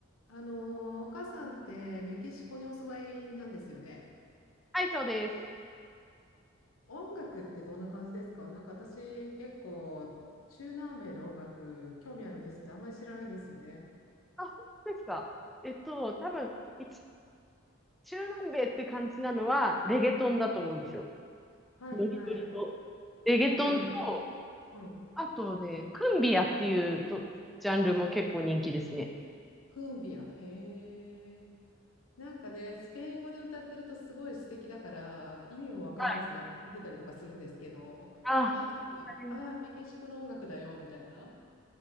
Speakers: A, on the left; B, in the centre.
A: あのー、赤さんってメキシコにお住まいなんですよね。
B: はい、そうです。
A: 音楽ってどんな感じですかなんか私結構中南米の音楽興味あるんですけどあんまり知らないんですよね。
B: あ、本当ですか。えっと、多分、一、中南米って感じなのは、レゲトンだと思うんですよ。
A: はいはい。
B: ノリノリの。レゲトンと、
A: なるほど。うん。
B: あとね、クンビアっていうと、ジャンルも結構人気ですね。
A: クンビア。へえ。なんかね、スペイン語で歌ってるとすごい素敵だから意味もわからずなんか聞いてたりとかするんですけど、
B: はい。あ、わかります
A: で、あとで、ああー、メキシコの音楽だよみたいな。